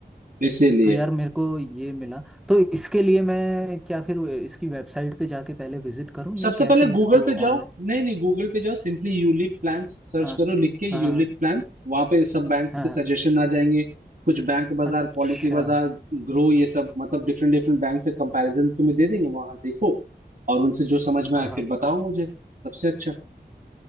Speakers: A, on the right (about 50°); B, in the centre.
A: इसीलिए
B: तो यार मेरे को ये मिला तो इसके लिए मैं क्या फिर इसकी वेबसाइट पे जाके पहले विजिट करूं या
A: सबसे
B: कैसे
A: पहले गूगल
B: इसको
A: पे जाओ
B: ऑनलाइन
A: नहीं नहीं गूगल पे जाओ सिंपली यूलिप प्लान्स सर्च
B: हाँ
A: करो लिख के यूलिप
B: हाँ
A: प्लान्स वहां पे सब बैंक्स
B: हाँ
A: के सजेशन आ जाएंगे कुछ Bank Bazaar
B: अच्छा
A: Policy Bazaar Groww ये सब मतलब डिफरेंट डिफरेंट बैंक से कंपैरिजन तुम्हें दे देंगे वहां देखो और उनसे जो समझ में
B: हाँ
A: आए
B: हाँ
A: फिर बताओ मुझे सबसे अच्छा